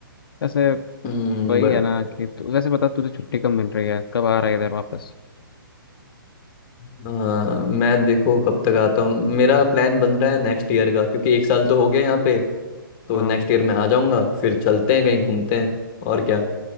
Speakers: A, on the left (about 80°); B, on the left (about 25°).
A: वैसे
B: हम्म
A: वही
B: बट
A: है ना कि तु- वैसे बता तुझे छुट्टी कब मिल रही है कब आ रहा है इधर वापस
B: हाँ मैं देखो कब तक आता हूँ मेरा प्लान बन रहा है नेक्स्ट ईयर का क्योंकि एक साल तो हो गया यहाँ पे तो
A: हाँ
B: नेक्स्ट ईयर मैं आ जाऊंगा फिर चलते हैं कहीं घूमते हैं और क्या